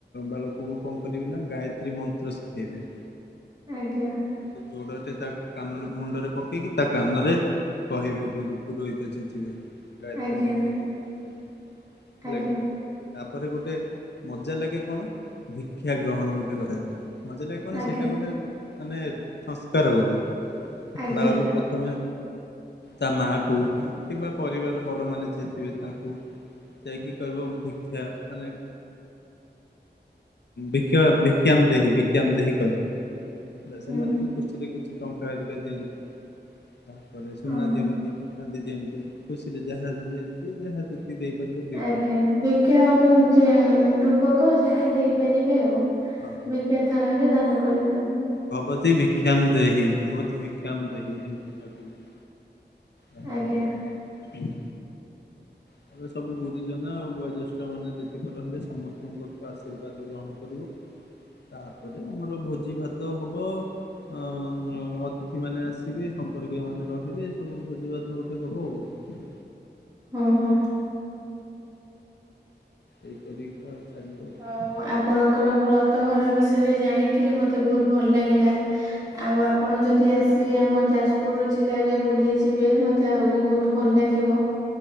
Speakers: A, on the left; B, on the right.
A: ବାଳକକୁ କଣ କରିବେ ନା ଗାୟତ୍ରୀ ମନ୍ତ୍ର ଶିଖେଇବେ।
B: ଆଜ୍ଞା।
A: ଗୋଟେ ଯୋଡ଼ଟେ ତା କାନରେ ମୁଣ୍ଡରେ ପକେଇକି ତା କାନରେ କହିବେ ଗୁରୁ ପୁରୋହିତ ଯିଏଥିଲେ ଗାୟତ୍ରୀ
B: ଆଜ୍ଞା
A: ମନ୍ତ୍ର ଜପ <inaudible>
B: ଆଜ୍ଞା।
A: ତାପରେ ଗୋଟେ। ମଜା ଲାଗେ କଣ ଭିକ୍ଷା ଗ୍ରହଣ ଗୋଟେ କରାଯଏ ମଜା ଲାଗେ କଣେ
B: ଆଜ୍ଞା
A: ସେଇଟା ଗୋଟେ ମାନେ ସଂସ୍କାର ଗୋଟେ
B: ଆଜ୍ଞା
A: ବାଳକକୁ ପ୍ରଥମେ ତା ମା କୁ କିମ୍ବା ପରିବାର ରେ ବଡ଼ ମାନେ ଯିଏ ଥିବେ ତାଙ୍କୁ ଯାଇକି କହିବ ଭିକ୍ଷା ମାନେ ଭିକ୍ଷା ଭିକ୍ଷାମ୍ଦେହି ଭିକ୍ଷାମ୍ଦେହି କହିବ। ହେଲା ସେମାନେ
B: ହୁଁ
A: ବି ଖୁସିରେ କିଛି ଟଙ୍କା ହେରିକା ଦିଅନ୍ତି ତାପରେ ସୁନା
B: ଓହୋ
A: ଦିଅନ୍ତି। <inaudible> ଦି ଦିଅନ୍ତି ଖୁସିରେ ଯାହା ଯିଏ ଯାହା ଦେଇ ପାରିବ
B: ଆଜ୍ଞା ଭିକ୍ଷ୍ୟା ଅନୁ ରୂପକ ଯାହା ଦେଇପାରିବେ ଆଉ।
A: ହଁ
B: ଭିକ୍ଷା ଥାଳରେ ଦାନ କରିବେ ଆଉ
A: ଭବତି ଭିଷାମ୍ଦେହି ଭବତି ଭିକ୍ଷାମ୍ଦେହି ଏମତି ମାଗିବେ ତାପରେ
B: ଆଜ୍ଞା
A: ଉଁ ହୁଁ ତାପରେ ସବୁ ଗୁରୁଜନ ଆଉ ଗୁଆଜ୍ୟେଷ୍ଠ ମାନେ ଯେତିକି ରହିଲେ ସମସ୍ତଙ୍କୁ ଗୋଟେ ଆଶୀର୍ବାଦ ଗ୍ରହଣ କରିବ ତାପରେ ଆମର ଭୋଜି ଭାତ ହବ। ଅଁ ଅତିଥି ମାନେ ଆସିବେ ସମ୍ପର୍କୀୟ ମାନେ ରହିବେ ସବୁ ଭୋଜିଭାତ ଗୋଟେ ହବ ଆଉ।
B: ହୁଁ ହୁଁ।
A: ଏଇପରିିକା ଚାଲିବ ଆଉ
B: ହଉ ଆପଣଙ୍କର ବ୍ରତ ଘର ବିଷୟରେ ଜାଣିକିରି ମତେ ବହୁତ୍ ଭଲ ଲାଗିଲା। ଆଉ ଆପଣ ଯଦି ଆସି ଆମ ଯାଜପୁରୁ ଜିଲ୍ଲାରେ ବୁଲିଯିବେ ମତେ ମତେ ଆହୁରି ବହୁତ୍ ଭଲ ଲାଗିବ।